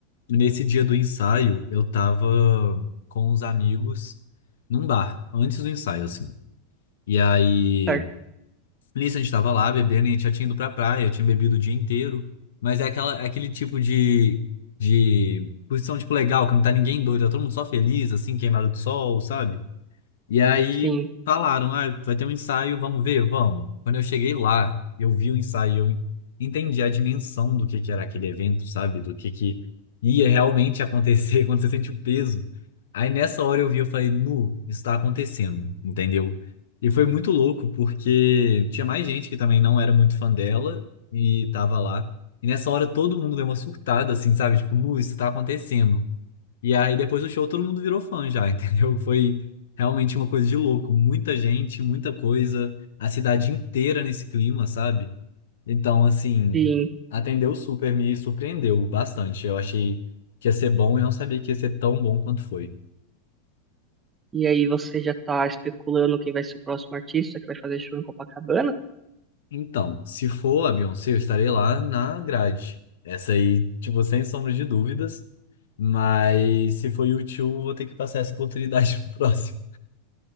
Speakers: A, on the left; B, on the right.
A: E nesse dia do ensaio, eu tava com os amigos num bar, antes do ensaio, assim. E aí.
B: certo.
A: Nisso a gente tava lá bebendo e a gente já tinha ido pra praia, tinha bebido o dia inteiro. Mas é aquela, é aquele tipo de, de posição, tipo, legal, que não tá ninguém doido, tá todo mundo só feliz, assim, queimado de sol, sabe? E aí
B: Sim,
A: falaram, ah, vai ter um ensaio, vamos ver, vamos. Quando eu cheguei lá, eu vi o ensaio, eu entendi a dimensão do que que era aquele evento, sabe? Do que que ia realmente acontecer <laughs> quando você sente o peso. Aí nessa hora eu vi, eu falei, nu, isso tá acontecendo, entendeu? E foi muito louco, porque tinha mais gente que também não era muito fã dela e tava lá. E nessa hora todo mundo deu uma surtada, assim, sabe? Tipo, nu, isso tá acontecendo. E aí, depois do show, todo mundo virou fã já, <laughs> entendeu? Foi realmente uma coisa de louco. Muita gente, muita coisa, a cidade inteira nesse clima, sabe? Então, assim,
B: sim.
A: atendeu super, me surpreendeu bastante. Eu achei que ia ser bom e não sabia que ia ser tão bom quanto foi.
B: E aí você já tá especulando quem vai ser o próximo artista que vai fazer show em Copacabana?
A: Então, se for a Beyoncé, eu estarei lá na grade. Essa aí, tipo, sem sombra de dúvidas. Mas se for U2, vou ter que passar essa oportunidade <laughs> pro próximo.